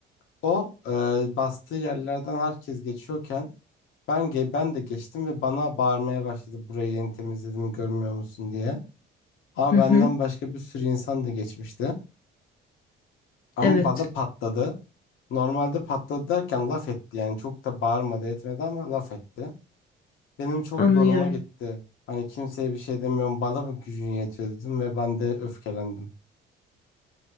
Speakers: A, on the left; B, on the left.
A: O e, bastığı yerlerden herkes geçiyorken ben ge- ben de geçtim ve bana bağırmaya başladı burayı yeni temizledim görmüyor musun diye. Ama
B: Hı hı.
A: benden başka bir sürü insan da geçmişti. Ama
B: Evet,
A: bana patladı. Normalde patladı derken laf etti yani çok da bağırmadı etmedi ama laf etti. Benim çok
B: anlıyorum.
A: zoruma gitti. Hani kimseye bir şey demiyorum. Bana mı gücün yetiyor dedim ve ben de öfkelendim.